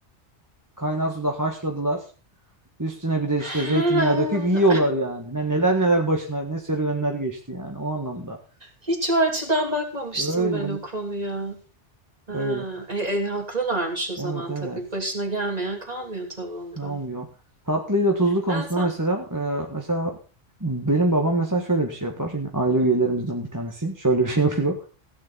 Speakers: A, on the right; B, on the right.
A: Kaynar suda haşladılar. Üstüne bir de işte
B: He,
A: zeytinyağı
B: onu
A: döküp yiyorlar yani. Ne, neler neler başına ne serüvenler geçti yani o anlamda.
B: hiç o açıdan bakmamıştım
A: Öyle öyle
B: ben o konuya. Ha,
A: öyle.
B: e, e, haklılarmış o zaman
A: Evet evet.
B: tabii. Başına gelmeyen kalmıyor tavuğunda.
A: Kalmıyor. Tatlıyla tuzlu konusunda
B: Ha, sen
A: mesela e, mesela benim babam mesela şöyle bir şey yapar. Yine aile üyelerimizden bir tanesi <laughs> şöyle bir şey yapıyor.